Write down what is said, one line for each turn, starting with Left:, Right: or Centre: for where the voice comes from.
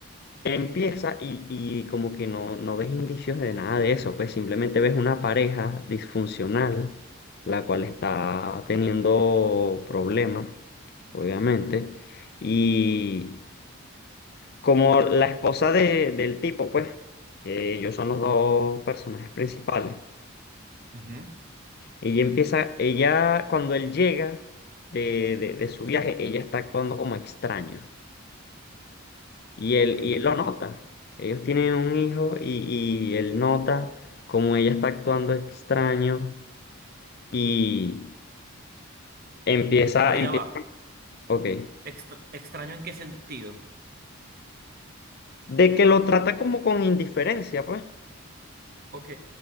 Left: Empieza y, y como que no, no ves indicios de nada de eso, pues simplemente ves una pareja disfuncional, la cual está teniendo problemas, obviamente, y como la esposa de- del tipo, pues, que ellos son los dos personajes principales,
Right: ujú,
Left: ella empieza, ella cuando él llega de, de de su viaje, ella está actuando como extraño. Y él,
Right: Ok, eh,
Left: y él lo nota. Ellos tienen un hijo y, y él nota como ella está actuando extraño y empieza,
Right: pero
Left: empieza,
Right: ya va.
Left: ok,
Right: Extra- ¿extraño en qué sentido?
Left: de que lo trata como con indiferencia, pues,
Right: Ok,